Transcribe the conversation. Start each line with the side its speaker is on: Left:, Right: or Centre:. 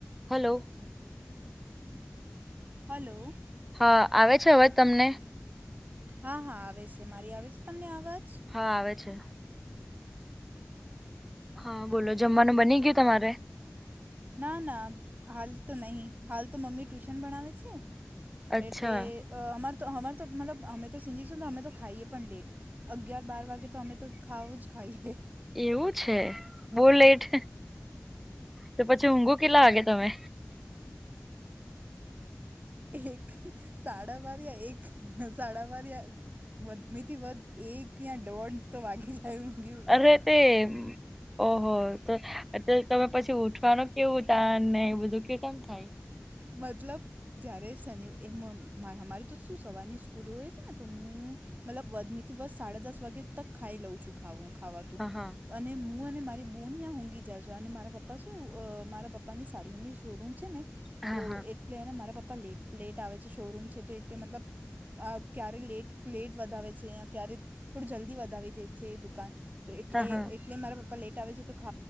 Centre: Hello.
Right: Hello.
Centre: હા આવે છે અવાજ તમને
Right: હા હા આવે છે મારી આવે છે તમને અવાજ
Centre: હા આવે છે. હા બોલો જમવાનું
Right: બીજું
Centre: બની
Right: કહો
Centre: ગયું તમારે
Right: ના ના હાલ તો નહીં, હાલ તો મમ્મી ટ્યુશન ભણાવે છે.
Centre: અચ્છા
Right: એટલે અમારેતો અમાર તો મતલબ અમે તો સિંધી છું ને અમે તો ખાઈએ પણ લેટ. અગિયાર બાર વાગે તો અમે તો ખાવુજ ખાઈએ.
Centre: એવું છે? બો લેઠ, તો પછી ઊઘું કેટલા વાગે તમે?
Right: એક, સાડા બાર યા એક, સાડા બાર યા વધ મેથી વધ એક યા દોઢ તો વાગી એવું ગ્યું.
Centre: અરે તે ઓહો તો તે તમે પછી ઉઠવાનું કેવું ટાન ને એ બધું કેવું કેટાક થાય?
Right: મતલબ? જ્યારે શનિ અ મ અમારી તો શું સવારની સ્કૂલો હોય છે ને તો હું મતલબ વધનીથી વ સાડા દસ વાગે તક ખાઈ લઉં છું ખાવાતું.
Centre: હા હા
Right: અને મું અને મારી બૂન ત્યાં ઊંઘી જાં છું અને મારા પપ્પા શું મારા પપ્પાની સાડીઓની શોરૂમ છે ને
Centre: હા
Right: તો
Centre: હા.
Right: એટલે એના મારા પપ્પા લેટ લેટ આવે છે શોરૂમ છે તો એટલે મતલબ આ ક્યારે લેટ લેટ વધાવે છે ક્યારે થોડું જલ્દી વધાવી દે છે દુકાન. તો એટલે
Centre: હા
Right: એ
Centre: હા
Right: ટલે મારા પપ્પા લેટ આવે છે તો ખ